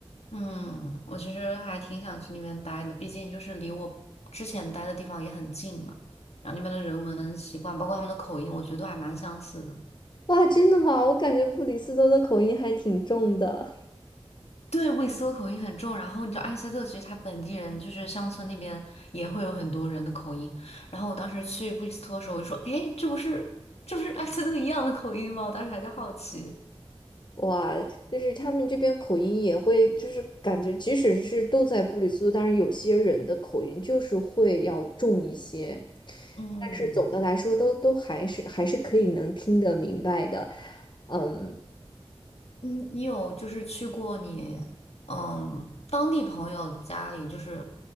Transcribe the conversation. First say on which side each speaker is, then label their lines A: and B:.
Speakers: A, on the left; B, on the left.
A: 嗯，我其实还挺想去那边待的，毕竟就是离我之前待的地方也很近嘛。然后那边的人文习惯，包括他们的口音，我觉得都还蛮相似的。
B: 哇，真的吗？我感觉布里斯托的口音还挺重的。
A: 对，布里斯托口音很重。然后你知道埃塞特其实他本地人就是乡村那边也会有很多人的口音。然后我当时去布里斯托的时候，我就说：“诶，这不是这不是埃塞特一样的口音吗？”我当时还在好奇。
B: 哇，就是他们这边口音也会，就是感觉即使是都在布里斯托，但是有些人的口音就是会要重一些，
A: 嗯。
B: 但是总的来说都都还是还是可以能听得明白的。嗯，
A: 嗯，你有就是去过你嗯当地朋友家里，就是